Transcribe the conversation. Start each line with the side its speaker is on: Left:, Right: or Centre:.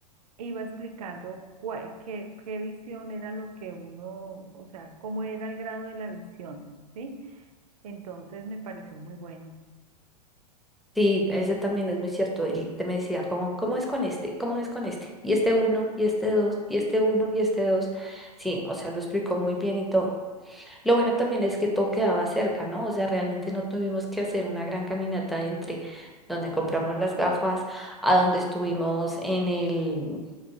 Right: iba explicando cuál, qué, qué visión era lo que uno, o sea, cómo era el grado de la visión, ¿sí? Entonces me pareció muy bueno.
Centre: Sí, ese también es muy cierto. Él te me decía, ¿cómo, cómo es con este? ¿Cómo es con este? Y este uno, y este dos, y este uno, y este dos. Sí, o sea, lo explicó muy bien y todo. Lo bueno también es que todo quedaba cerca, ¿no? O sea, realmente no tuvimos que hacer una gran caminata entre donde compramos las gafas a donde estuvimos en el